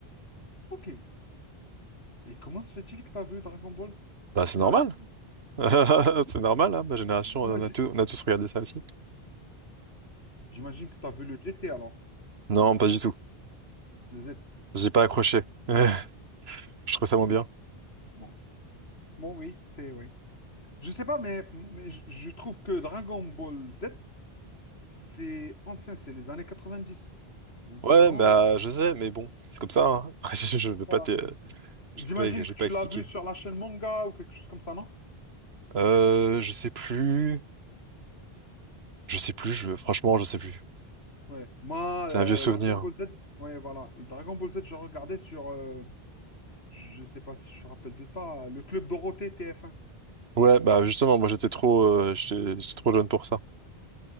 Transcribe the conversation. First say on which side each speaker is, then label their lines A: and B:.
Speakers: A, on the left; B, on the right.
A: Ok. Et comment se fait-il que tu as vu Dragon Ball?
B: Bah c'est
A: T'as-
B: normal. <laughs> C'est normal, hein, ma génération,
A: Moi,
B: on
A: j-
B: a tous, on a tous regardé ça aussi.
A: J'imagine que tu as vu le G T alors,
B: Non, pas du tout.
A: le Z.
B: J'ai pas accroché. <laughs> Je trouve ça moins
A: Ouh.
B: bien.
A: Bon. Bon, oui, c'est oui. Je sais pas, mais, mais je je trouve que Dragon Ball Z, c'est ancien, c'est les années 90. 27
B: Ouais,
A: ans.
B: bah, je sais, mais bon, c'est comme ça, hein. <laughs> Je, je vais pas
A: Voilà.
B: te, je
A: J'imagine
B: vais pas, je
A: que
B: vais
A: tu
B: pas expliquer.
A: l'as vu sur la chaîne manga ou quelque chose comme ça, non?
B: Euh, je sais plus, je sais plus, je, franchement, je sais plus.
A: Ouais. Moi,
B: C'est
A: euh,
B: un vieux souvenir.
A: Dragon Ball Z, ouais, voilà. Dragon Ball Z, je regardais sur, euh, je sais pas si je me rappelle de ça, le Club Dorothée tf un.
B: Ouais, bah, justement, moi, j'étais trop, euh, j'étais j'étais trop jeune pour ça.